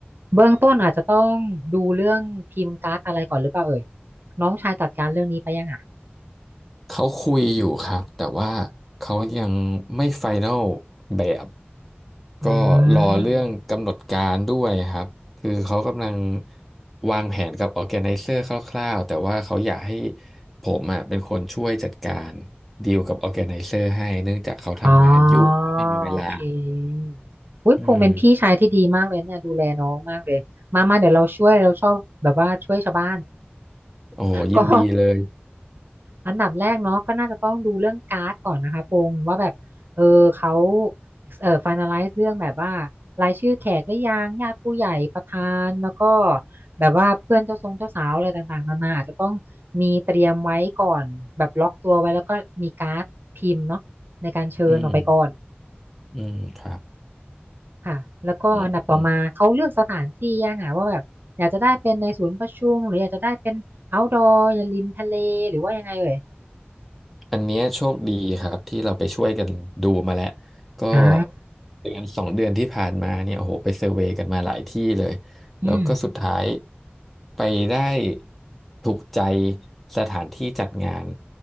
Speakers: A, on the right (about 55°); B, in the centre.
A: เบื้องต้นอาจจะต้องดูเรื่องพิมพ์การ์ดอะไรก่อนหรือเปล่าเอ่ยน้องชายจัดการเรื่องนี้ไปยังอ่ะ
B: เขาคุยอยู่ครับแต่ว่าเขายังไม่ไฟแนลแบบ
A: อื
B: ก็รอเรื่องกำหนดการด้วยครับคือเขากำลัง
A: ม
B: วางแผนกับออร์แกไนเซอร์คร่าวๆแต่ว่าเขาอยากให้ผมอ่ะเป็นคนช่วยจัดการดีลกับออร์แกไนเซอร์ให้เนื่องจากเขาทำงานยุ่งไม่มีเวลา
A: อ๋อโอเคอุ้ยพงษ์เป็นพี่ชายที่ดีมากเลยเนี่ยดูแลน้องมากเลยมามาเดี๋ยวเราช่วยเราชอบแบบว่าช่วยชาวบ้าน
B: อืมโอ้โหยินดีเลย
A: ก็อันดับแรกเนาะก็น่าจะต้องดูเรื่องการ์ดก่อนนะคะพงษ์ว่าแบบเออเขาเออ finalize เรื่องแบบว่ารายชื่อแขกหรือยังญาติผู้ใหญ่ประธานแล้วก็แบบว่าเพื่อนเจ้าทรงเจ้าสาวอะไรต่างๆนานาอาจจะต้องมีเตรียมไว้ก่อนแบบล็อกตัวไว้แล้วก็มีการ์ดพิมพ์เนาะในการเชิญออกไปก่อน
B: อืมอืมครับ
A: ค่ะแล้วก็อันดับต่อมาเขาเลือกสถานที่ยังอ่ะว่าแบบอยากจะได้เป็นในศูนย์ประชุมหรืออยากจะได้เป็น
B: อืมอืม
A: outdoor อย่าริมทะเลหรือว่ายังไงเอ่ย
B: อันเนี้ยโชคดีครับที่เราไปช่วยกันดูมาแล้วก็
A: อ่า
B: เดือนสองเดือนที่ผ่านมาเนี่ยโอ้โหไปเซอร์เวย์กันมาหลายที่เลย
A: อืม
B: แล้วก็สุดท้ายไปได้ถูกใจสถานที่จัดงาน